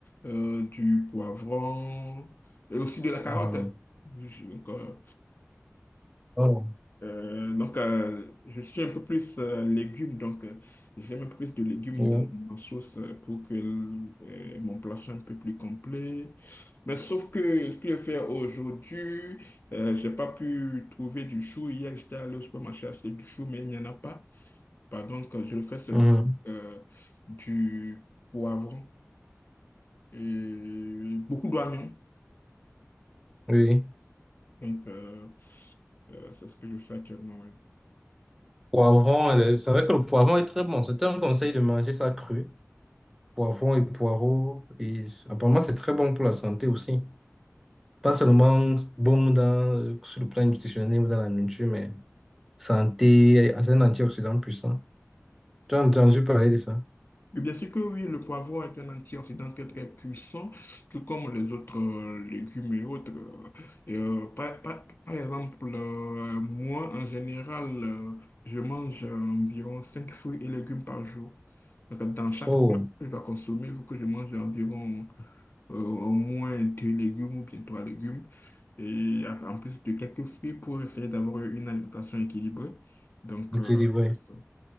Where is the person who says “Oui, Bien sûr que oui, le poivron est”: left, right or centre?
Left